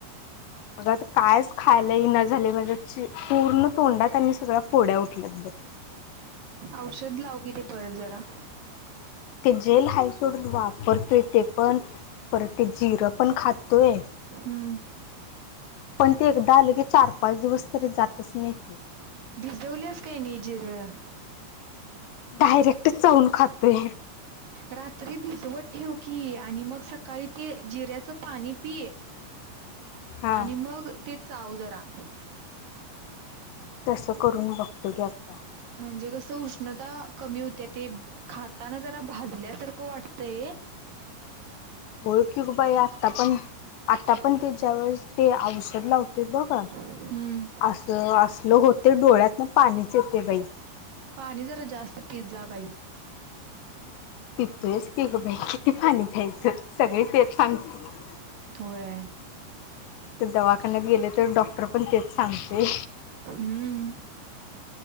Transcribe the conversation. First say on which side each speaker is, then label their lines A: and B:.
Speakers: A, on the left; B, on the right.
A: आग कायच खायलाही न झाले म्हणजे पूर्ण तोंडात त्यांनी सगळ्या फोड्या उठल्यात बघ
B: औषध लाव कि ते परत जरा
A: ते जेल हाय सोडून वापरतोय ते पण परत ते जिरं पण खातोय
B: हम्म
A: पण ते एकदा आले की चार पाच दिवस तरी जातच नाही ते
B: भिजवल्यास काय नाही जिरं
A: डायरेक्ट चावून खातोय
B: रात्री भिजवत ठेव की आणि मग सकाळी ते जिऱ्याच पाणी पि
A: हा
B: आणि मग ते चाव जरा
A: तसं करून बघतो की आता
B: म्हणजे कसं उष्णता कमी होत्या ती खाताना जरा भाजून तल्यासारखं वाटतय <unintelligible>
A: ओळख की ग बाई आता पण आता पण ते ज्या वेळेस ते औषध लावते बघ
B: हम्म
A: असं हसलं होते डोळ्यातून पाणीच येते बाई
B: पाणी जरा जास्त पीत जा बाई
A: पितेच की ग बाई किती पाणी प्यायचं सगळे ते सांगतात
B: होय
A: ते दवाखान्यात गेले तर डॉक्टर पण तेच सांगते
B: हम्म